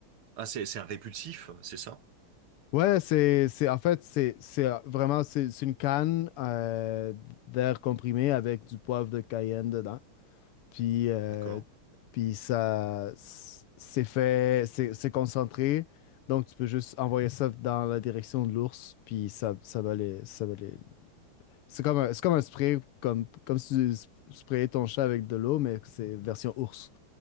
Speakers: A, on the right (about 75°); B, on the left (about 85°).
A: ah c'est c'est un répulsif c'est ça
B: Ouais, c'est, c'est, en fait, c'est, c'est euh, vraiment, c'est c'est une canne euh, d'air comprimé avec du poivre de Cayenne dedans. Puis, euh,
A: d'accord
B: puis ça c'est fait, c'est c'est concentré. Donc, tu peux juste envoyer ça dans la direction de l'ours, puis ça, ça va les, ça va les... C'est comme un, c'est comme un spray, comme, comme si tu sp- sprayais ton chat avec de l'eau, mais c'est version ours.